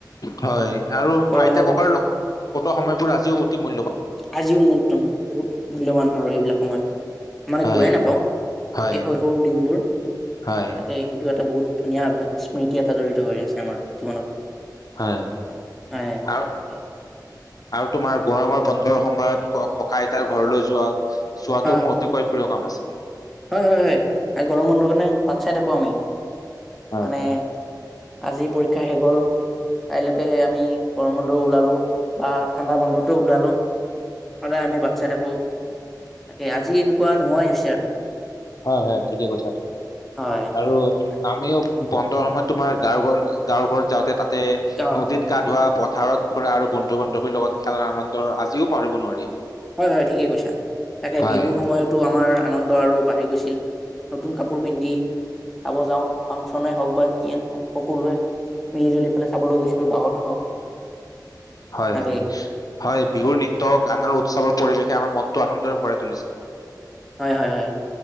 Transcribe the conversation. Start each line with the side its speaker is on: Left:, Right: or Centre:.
Left: হয় আৰু
Centre: গৰমৰ
Left: আইতা ককাৰ লগত কটোৱা সময়বোৰ আজিও অতি মূল্যবান
Centre: আজিও মোৰত বহুত মূল্যবান আৰু সেইবিলাক সময় মানে
Left: হয়
Centre: ঘূৰাই নাপাও
Left: হয়
Centre: এই শৈশৱৰ দিনবোৰ তাকে
Left: হয়
Centre: সেইটো এটা বহুত ধুনীয়া স্মৃতি এটা জড়িত হৈ আছে আমাৰ জীৱনত
Left: হয়
Centre: হয়
Left: আৰু
Centre: তাকে
Left: আৰু তোমাৰ গৰমৰ বন্ধৰ সময়ত ককা আইতাৰ ঘৰলৈ যোৱা চোৱাটো
Centre: হয়
Left: মোৰ অতিকৈ প্ৰিয় কাম আছিলে
Centre: হয় হয় হয় গৰম বন্ধ কাৰণে বাত চাই থাকো আমি
Left: হয়
Centre: মানে আজি পৰীক্ষা হৈ গল, কাইলৈকে আমি গৰম বন্ধ ওলালো বা ঠাণ্ডা বন্ধতো ওলালো, সদায় আমি বাট চাই থাকো তাকে আজি এনেকুৱা নোহোৱাই হৈছে আৰু
Left: হয় হয় ঠিকে কৈছা ত
Centre: হয়
Left: আৰু
Centre: তাকে
Left: আমিও বন্ধৰ সময় তোমাৰ গাৱৰ ঘৰ গাঁৱৰ ঘৰত যাওঁতে তা তে‌
Centre: গাঁৱৰ
Left: নদীত
Centre: ঘৰত
Left: গা ধোৱা প থাৰত ফুৰা আৰু বন্ধু বান্ধৱীৰ লগত খেলাৰ আনন্দ আজিও পাহৰিব নোৱাৰি
Centre: হয় হয় ঠিকে কৈছা তাকে
Left: হয়
Centre: বিহুৰ সময়তো আমাৰ আনন্দ আৰু বাঢ়ি গৈছিল, নতুন কাপোৰ পিন্ধি চাব যাওঁ ফাংচনে হওক বা কিয়ে নহওক সকলোৱে মিলি জুলি ফালে চাবলৈ গৈছিলো গাঁৱতে হওক
Left: হয়
Centre: তাকেই
Left: হয় হয় বিহুৰ
Centre: অ
Left: নৃত্য গান উৎসৱত পৰিৱেশে আমাৰ মনটো আনন্দৰে ভৰাই তুলিছিল
Centre: হয় হয় হয়